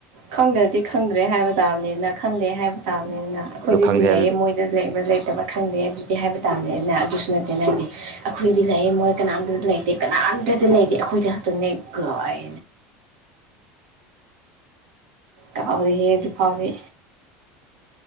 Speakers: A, on the right; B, on the right.
A: ꯈꯪꯗ꯭ꯔꯗꯤ ꯈꯪꯗ꯭ꯔꯦ ꯍꯥꯏꯕ ꯇꯥꯕꯅꯤꯅ ꯈꯪꯗꯦ ꯍꯥꯏꯕ ꯇꯥꯕ ꯑꯗꯨꯅꯤꯅ ꯑꯩꯈꯣꯏꯗꯨꯗꯤ
B: ꯑꯗꯨ ꯈꯪꯗꯦ ꯍꯥꯏꯕꯗꯨꯗꯤ
A: ꯂꯩꯌꯦ ꯃꯣꯏꯗ ꯂꯩꯕ ꯂꯩꯇꯕ ꯈꯪꯗꯦ ꯑꯗꯨꯗꯤ ꯍꯥꯏꯕ ꯇꯥꯕꯅꯤꯅ ꯑꯗꯨꯁꯨ ꯅꯠꯇꯦ ꯅꯪꯗꯤ ꯑꯩꯈꯣꯏꯗꯤ ꯂꯩꯌꯦ ꯃꯣꯏ ꯀꯅꯥꯝꯗꯤ ꯂꯩꯇꯦ ꯀꯅꯥꯝ ꯇꯗꯤ ꯂꯩꯇꯦ ꯑꯩꯈꯣꯏꯗ ꯈꯛꯇꯅꯦ ꯀꯥꯢ ꯀꯥꯎꯔꯦꯍꯦ ꯑꯗꯨ ꯐꯥꯎꯗꯤ